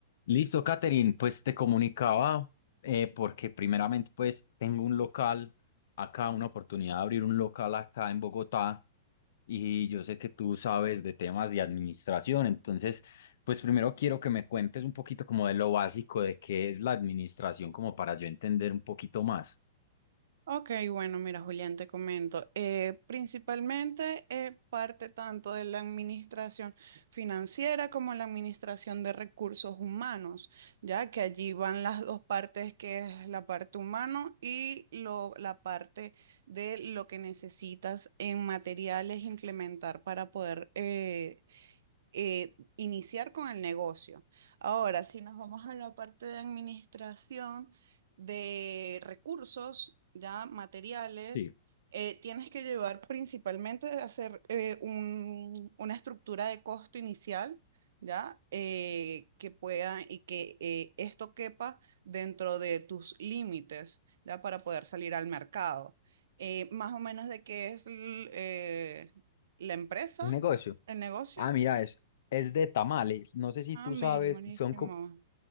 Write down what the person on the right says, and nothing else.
Ok, bueno, mira, Julián, te comento. Eh, principalmente eh, parte tanto de la administración financiera como la administración de recursos humanos, ya que allí van las dos partes, que es la parte humano y lo- la parte de lo que necesitas en materiales implementar para poder eh, eh, iniciar con el negocio. Ahora, si nos vamos a la parte de administración de recursos, ya materiales,
eh, tienes que llevar principalmente a hacer eh, un- una estructura de costo inicial, ya, eh, que pueda y que eh, esto quepa dentro de tus límites, ya, para poder salir al mercado. Eh, más o menos de qué es l- eh, la empresa,
el negocio.
Ah,
mira,
buenísimo.